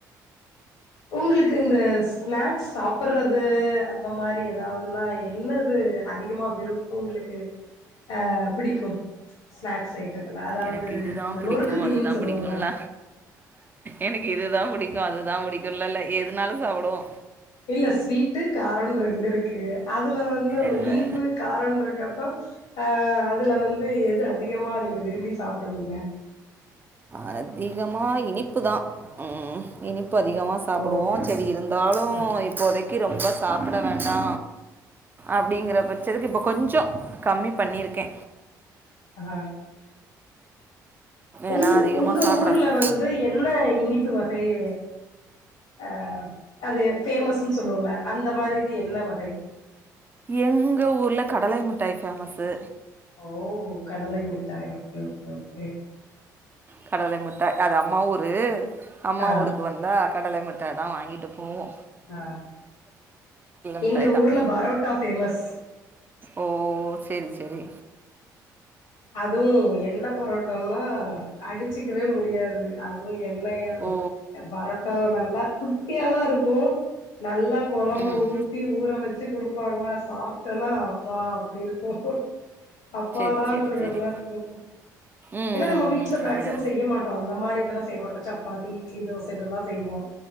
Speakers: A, on the left (about 60°); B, on the right (about 20°).
A: உங்களுக்கு இந்த ஸ்நாக்ஸ் சாப்புர்றது அந்த மாரி ஏதாவதுன்னா என்னது அதிகமா விருப்பு உங்களுக்கு ஆ பிடிக்கு ஸ்நாக்ஸ் ஐட்டத் அதாவது
B: எனக்கு இதுதான்
A: அந்த
B: பிடிக்கும்
A: நொறுக்கு தீணின்னு
B: அதுதான்
A: சொல்லுவோல்ல
B: பிடிக்கும்ல எனக்கு இதுதா புடிக்கு அதுதா புடிக்குல்லல்ல எதுனாலு சாப்டுவோ
A: இல்ல ஸ்வீட்டு காரோன்னு ரெண்டுருக்கு அதுல வந்து
B: இல்லை
A: இனிப்பு காரோன்றங்கப்ப ஆ அதுல வந்து எது அதிகமா நீங்க விரும்பி சாப்டுவீங்க
B: அதிகமா இனிப்புதா ம் இனிப்பு அதிகமா சாப்டுவோ
A: ஓ
B: சேரி இருந்தாலு
A: அ
B: இப்போதைக் கீ ரொம்ப சாப்புட வேண்டா அப்டிங்கிற பட்சத்துக்கு இப்போ கொஞ்சோ கம்மி பண்ணிருக்கே
A: அ
B: ஏன்னா
A: உங்
B: அதிகமாக
A: உங்க
B: சாப்பிட
A: ஊர்ல வந்து என்ன இனிப்பு வகையி அ அது பேமஸ்ன்னு சொல்லுவோல்ல அந்த மாரி இது என்ன வகை
B: எங்க ஊருல கடலை மிட்டாய் ஃபேமஸ்சு
A: ஓ கடலை மிட்டாய் ஓகே ஓகே ஓகே
B: கடலை மிட்டாய் அது அம்மா ஊரு அம்மா
A: ஆ
B: ஊருக்கு வந்தா கடலை மிட்டாய் மிட்டா தா வாங்கிட்டு போவோ
A: ஆ
B: மிட்டாய்
A: எங்க
B: தான்
A: ஊர்ல பரோட்டா ஃபேமஸ்
B: ஓ சேரி சேரி
A: அது என்ன புரோட்டானா அடிச்சுக்கவே முடியாது அ து எண்ணெய்யு
B: ஓ
A: பரோட்டாவு நல்லா குட்டியாதா இருக்கு நல்லா கொழம்ப
B: ம்
A: ஊத்தி ஊற வெச்சு குடுப்பாங்களா சாப் ட்டனா அப்பா அப்டி இருக்கு அப்பாடான்
B: சரி சரி
A: ங்கற
B: சரி
A: மாரி இருக்கு
B: ம்
A: ஏனா நம்ம
B: ம்
A: வீட்ல
B: ம்
A: மேக்ஸிமம்
B: இல்லை
A: செய் ய்யமாட்டோ அந்த மாரி இதெல்லா செய்யமாட்டோ சப்பாத்தி இட்லி தோச இததா செய்வோ